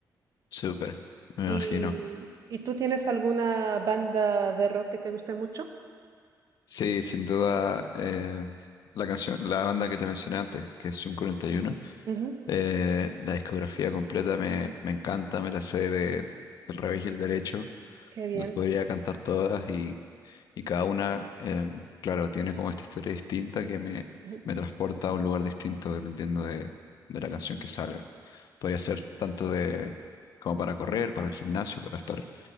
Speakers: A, on the left; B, on the right.
A: Súper, me
B: ¿Y,
A: imagino.
B: y tú tienes alguna banda de rock que te guste mucho?
A: Sí, sin duda, eh, la canción, la banda que te mencioné antes, que es Zoom 41,
B: Ujú,
A: eh, la discografía completa me, me encanta, me la sé de, del revés y el derecho,
B: Qué bien.
A: las podría cantar todas y, y cada una, eh, claro, tiene como esta historia distinta que me,
B: Ujú.
A: me transporta a un lugar distinto dependiendo de, de la canción que salga. Podría ser tanto de como para correr, para el gimnasio, para estar